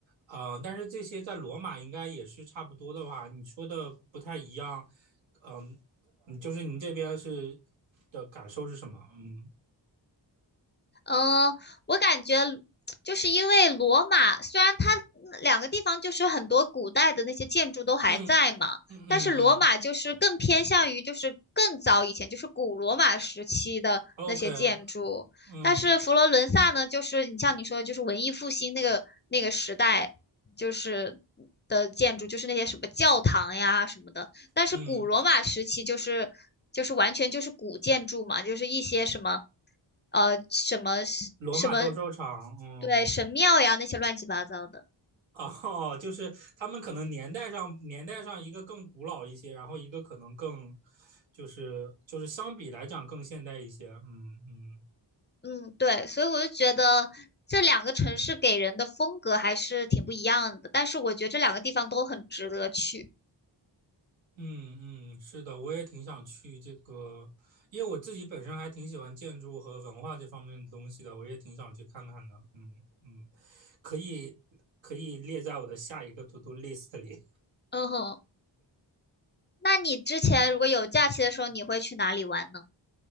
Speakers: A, on the right; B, on the left.
A: 呃，但是这些在罗马应该也是差不多的吧？你说的不太一样，呃嗯、你就是您这边是的感受是什么？嗯
B: 嗯，我感觉就是因为罗马，虽然它两个地方就是很多古代的那些建筑都还在嘛，
A: 嗯嗯嗯
B: 但是罗马就是更偏向于就是更早以前，
A: 嗯
B: 就是古罗马时期的那些建筑。
A: ，OK，嗯。
B: 但是佛罗伦萨呢，就是你像你说的，就是文艺复兴那个那个时代，就是的建筑，就是那些什么教堂呀什么的，但是古罗马时期就是就是完全就是古建筑嘛，
A: 嗯，
B: 就是一些什么呃什么什么
A: 罗马斗兽场，嗯，
B: 对神庙呀那些乱七八糟的。
A: 哦，就是他们可能年代上年代上一个更古老一些，然后一个可能更就是就是相比来讲更现代一些，嗯嗯
B: 嗯，对，所以我就觉得这两个城市给人的风格还是挺不一样的，但是我觉得这两个地方都很值得去。
A: 嗯嗯，是的，我也挺想去这个，因为我自己本身还挺喜欢建筑和文化这方面的东西的，我也挺想去看看的，嗯嗯，可以可以列在我的下一个 to do list 里。
B: 嗯哼，那你之前如果有假期的时候，你会去哪里玩呢？